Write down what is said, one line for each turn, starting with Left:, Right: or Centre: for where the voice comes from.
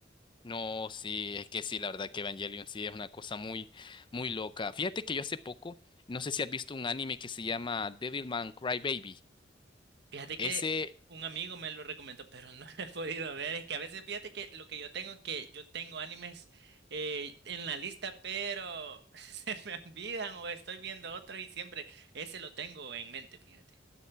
Left: No, sí, es que sí, la verdad que Evangelion sí es una cosa muy, muy loca. Fíjate que yo hace poco, no sé si has visto un anime que se llama Devilman Crybaby.
Right: Fíjate que
Left: Ese
Right: un amigo me lo recomendó, pero no <laughs> he podido ver. Es que a veces fíjate que lo que yo tengo, que yo tengo animes eh, en la lista, pero <laughs> se me olvidan o estoy viendo otro y siempre ese lo tengo en mente, fíjate.